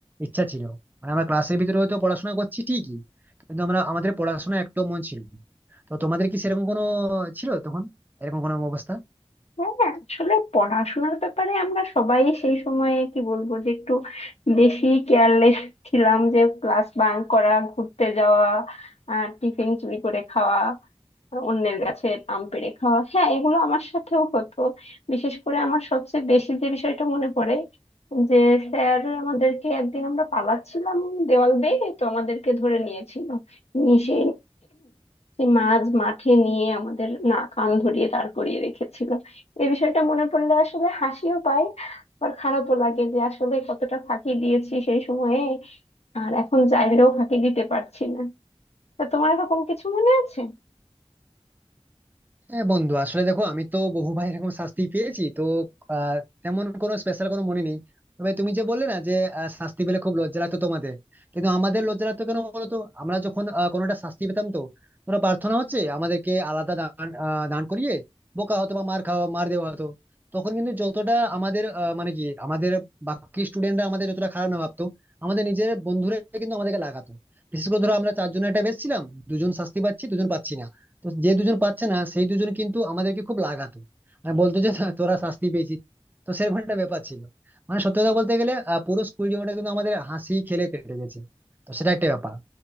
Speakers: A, on the right (about 15°); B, on the left (about 80°).
A: ইচ্ছা ছিল মানে আমরা ক্লাসের ভিতরে হয়তো পড়াশোনা করছি ঠিকই কিন্তু আমরা আমাদের পড়াশোনা একটু মন ছিল না। তো তোমাদের কি সেরকম কোনো ছিল তখন এরকম কোনো অবস্থা
B: হ্যাঁ আসলে পড়াশোনার ব্যাপারে আমরা সবাই সেই সময়ে কি বলবো যে একটু বেশি কেয়ারলেস ছিলাম যে ক্লাস বাঙ্ক করা ঘুরতে যাওয়া টিফিন চুরি করে খাওয়া অন্যের গাছের আম পেড়ে খাওয়া হ্যাঁ এগুলো আমার সাথেও হতো বিশেষ করে আমার সবচেয়ে বেশি যে বিষয়টা মনে পড়ে যে স্যার আমাদেরকে একদিন আমরা পালাচ্ছিলাম দেওয়াল বেয়ে তো আমাদেরকে ধরে নিয়েছিল নিয়ে সেই সেই মাঝ মাঠে নিয়ে আমাদের না কান ধরিয়ে দাঁড় করিয়ে রেখেছিল এই বিষয়টা মনে পড়লে আসলে হাসিও পায় আর খারাপও লাগে যে আসলে কতটা ফাঁকি দিয়েছি সেই সময়ে আর এখন চাইলেও ফাঁকি দিতে পারছি না তা তোমার এরকম কিছু মনে আছে
A: হ্যাঁ বন্ধু আসলে দেখো আমি তো বহু ভাই এরকম শাস্তি পেয়েছি তো আহ, তেমন কোনো স্পেশাল কোনো মনে নেই তবে তুমি যে বললে না যে আহ, শাস্তি পেলে খুব লজ্জা লাগতো তোমাদের কিন্তু আমাদের লজ্জা লাগতো কেন বলতো আমরা যখন আহ, কোনোটা শাস্তি পেতাম তো তোমরা প্রার্থনা হচ্ছে আমাদেরকে আলাদা দান আহ, দান করিয়ে বোকা হতো বা মার খাওয়া মার দেওয়া হতো তখন কিন্তু যতটা আমাদের আহ, মানে কি আমাদের বাকি স্টুডেন্টরা আমাদের যতটা খারাপ না ভাবতো আমাদের নিজের বন্ধুরা কিন্তু আমাদেরকে লাগাতো বিশেষ করে ধরো আমরা চারজনের একটা বেশ ছিলাম দুজন শাস্তি পাচ্ছি দুজন পাচ্ছি না তো যে দুজন পাচ্ছে না সেই দুজন কিন্তু আমাদেরকে খুব লাগাতো মানে বলতো যে "না, তোরা শাস্তি পেয়েছিস তো সেরকম একটা ব্যাপার ছিল মানে সত্যি কথা বলতে গেলে আহ, পুরো স্কুল জীবনটা কিন্তু আমাদের হাসি খেলে কেটে গেছে তো সেটা একটা ব্যাপার